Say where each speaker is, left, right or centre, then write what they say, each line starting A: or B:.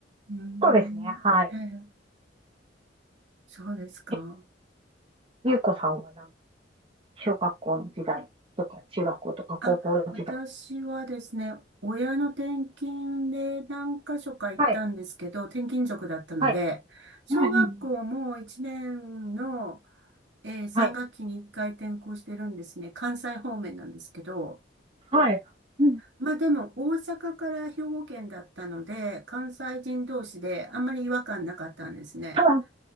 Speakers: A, on the right; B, on the right.
A: うーん。
B: そうですね、はい。
A: ええ、そうですか。
B: え、ゆうこさんはなんか、小学校の時代とか、中学校とか、高校時代。
A: あ、私はですね、親の転勤で何箇所か行ったんですけど、
B: はい、
A: 転勤族だったので、
B: はい。
A: 小学校も1年の、
B: うんうん、
A: えー3学期に1回転校してるんですね。
B: はい、
A: 関西方面なんですけど、
B: はい。うん、
A: まあでも大阪から兵庫県だったので、関西人同士であんまり違和感なかったんですね。
B: はい、